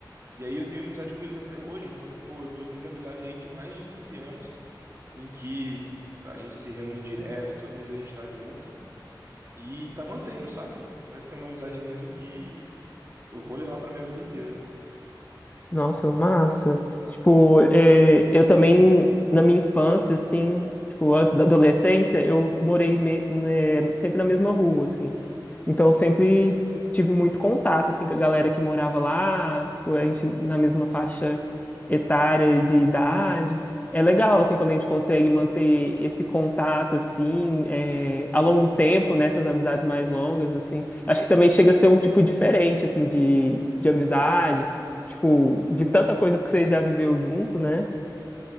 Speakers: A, on the right (about 35°); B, on the left (about 20°).
A: E aí eu tenho amizade com eles até hoje. Então, pô, eu tô tendo amizade aí de mais de quinze anos. em que a gente se reúne direto, todo mês a gente tá junto e tá mantendo, sabe? Parece que é uma amizade mesmo que eu vou levar pra minha vida inteira.
B: Nossa, massa. Tipo, é, eu também, na minha infância, assim, tipo, antes da adolescência, eu morei me- né, sempre na mesma rua, assim. Então eu sempre tive muito contato assim com a galera que morava lá, tipo, a gente na mesma faixa etária de idade. É legal assim quando a gente consegue manter esse contato assim é, a longo tempo nessas amizades mais longas assim. Acho que também chega a ser um tipo diferente assim de, de amizade, tipo, de tanta coisa que você já viveu junto, né?